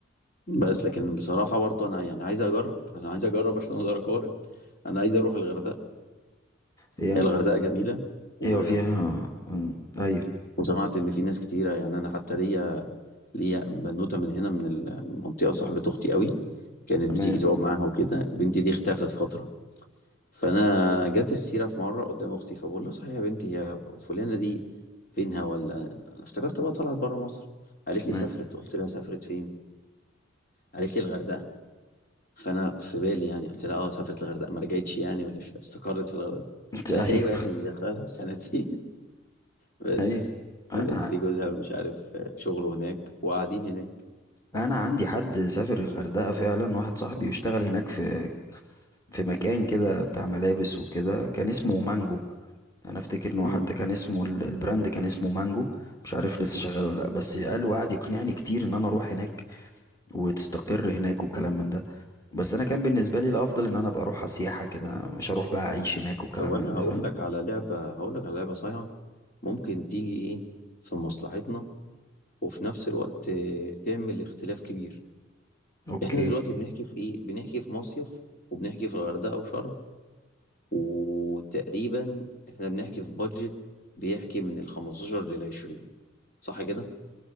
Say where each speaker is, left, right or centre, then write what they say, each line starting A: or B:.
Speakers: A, on the left; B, on the left.
A: بس لكن بصراحه برضه انا يعني عايز اجرب انا عايز اجرب عشان اقدر اقارن انا عايز اروح الغردقه
B: هي
A: هي الغردقه جميله و...
B: ايوه فيها أم، ايوه
A: وسمعت ان في ناس كتيره يعني انا حتى ليا ليا بنوته من هنا من المنطقه صاحبه اختي قوي كانت
B: تمام
A: بتيجي تقعد معاها وكده البنت دي اختفت فتره فانا جت السيره في مره قدام اختي فبقول لها صحيح يا بنتي هي فلانه دي فينها ولا انا افتكرت بقى طلعت بره مصر قالت
B: تمام
A: لي سافرت قلت لها سافرت فين قالت لي الغردقه فانا في بالي يعني قلت لها اه سافرت الغردقه ما رجعتش يعني ولا إيش؟ استقرت في الغردقه
B: <laughs> انت ايوه
A: قالت لي ايوه يا ابني دي داخله لها بسنتين بس
B: ايوه انا
A: قالت لي جوزها مش عارف شغله هناك وقاعدين هناك
B: <clears throat> انا عندي حد سافر الغردقه فعلا واحد صاحبي يشتغل هناك في في مكان كده بتاع ملابس وكده كان اسمه مانجو انا افتكر ان هو
A: امم
B: حتى كان اسمه ال- البراند كان اسمه مانجو مش عارف لسه شغال ولا لا بس قال وقعد يقنعني كتير ان انا اروح هناك وتستقر هناك والكلام من ده بس انا كان بالنسبه لي الافضل ان انا ابقى اروح سياحه كده مش هروح بقى اعيش هناك والكلام
A: طب انا
B: من ده
A: هقول
B: فاهم
A: لك على لعبة هقول لك على لعبة صايعة ممكن تيجي ايه في مصلحتنا وفي نفس الوقت آه، تعمل اختلاف كبير
B: اوكي
A: احنا دلوقتي بنحكي في ايه بنحكي في مصيف وبنحكي في الغردقة وشرم وتقريبا احنا بنحكي في بادجت بيحكي من ال 15 لل 20 صح كده